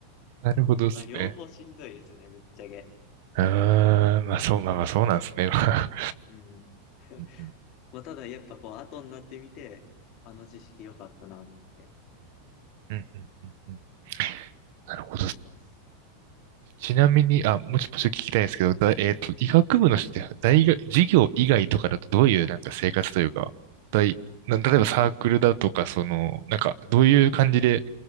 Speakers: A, on the right; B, on the left.
A: なるほどですね。
B: まあ、両方しんどいですね、ぶっちゃけ。
A: あー、まあそう、まあまあそうなんですね。まあ
B: うん。<laughs>
A: うん
B: まあ、ただ、やっぱこう、後になってみて、あの知識良かったなって
A: うんうんうんうんうんなるほどっす。
B: なります。
A: ちなみに、あ、もうちょっと聞きたいんですけど、だ、えっと、医学部の人って大学、
B: はい。
A: 授業以外とかだとどういうなんか生活というか、大、な、例えばサークルだとか、その、なんか、どういう感じで、